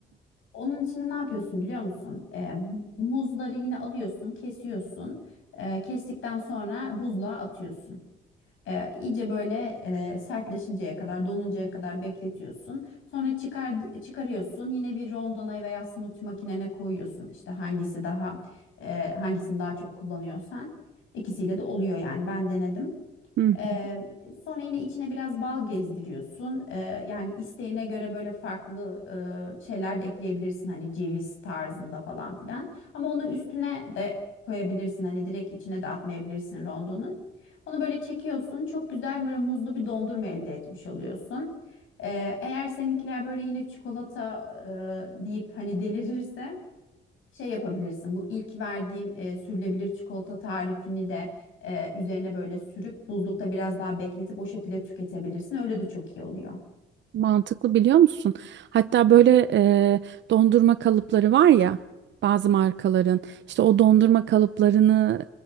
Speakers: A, on the left; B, on the right.
A: Onun içinde ne yapıyorsun biliyor musun? Ee, muzları yine alıyorsun, kesiyorsun. Ee, kestikten sonra buzluğa atıyorsun. Ee, iyice böyle e, sertleşinceye kadar, donuncaya kadar bekletiyorsun. Sonra çıkar, çıkarıyorsun. Yine bir rondona veya smoothie makinene koyuyorsun. İşte hangisi daha, e, hangisini daha çok kullanıyorsan. İkisiyle de oluyor yani. Ben denedim.
B: <laughs>
A: Eee, sonra yine içine biraz bal gezdiriyorsun. Eee, yani isteğine göre böyle farklı eee, şeyler de ekleyebilirsin. Hani ceviz tarzında falan filan. Ama onu üstüne de koyabilirsin. Hani direkt içine de atmayabilirsin rondonun. Onu böyle çekiyorsun. Çok güzel böyle muzlu bir dondurma elde etmiş oluyorsun. Eee, eğer seninkiler böyle yine çikolata eee, deyip hani delirirse şey yapabilirsin bu ilk verdiğim e, sürülebilir çikolata tarifini de e, üzerine böyle sürüp buzlukta biraz daha bekletip o şekilde tüketebilirsin. Öyle de çok iyi oluyor.
B: Mantıklı biliyor musun? Hatta böyle e, dondurma kalıpları var ya bazı markaların işte o dondurma kalıplarını